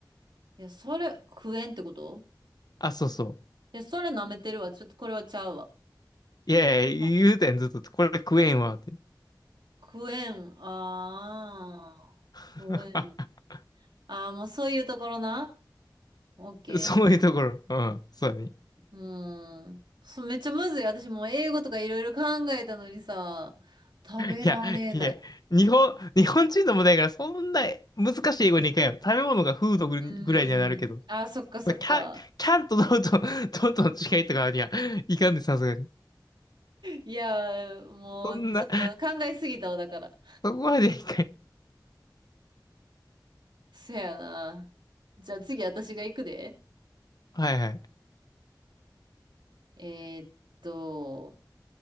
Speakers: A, on the right; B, on the left.
A: いや、それ、クエンってこと
B: あ、そうそう。
A: いや、それ舐めてるわ。ちょっとこれはちゃうわ。
B: いやいや、
A: あ、
B: 言うたやん、ずっと。これ食えんわ、って。
A: クエン、ああ、
B: <laughs>
A: クエン。ああ、もうそういうところな。OK。
B: そういうところ。うん。そうだね。
A: うーん。そう、めっちゃむずい。私もう英語とかいろいろ考えたのにさ、食べられない。
B: いや、いや、日本、日本人の問題やから、そんな難しい英語にいかんよ。食べ物がフードぐぐらいにはなるけど。
A: うーん。あ、そっかそっか。
B: まあキャン、キャンとドンと、<laughs> ドンとの違いとかにはいかんで、さすがに。
A: いやー、もうちょっと考えすぎたわ、
B: そんな、
A: だから。
B: そこまでいかん。
A: そやな。じゃあ次私が行くで。
B: はいはい。
A: えーっと、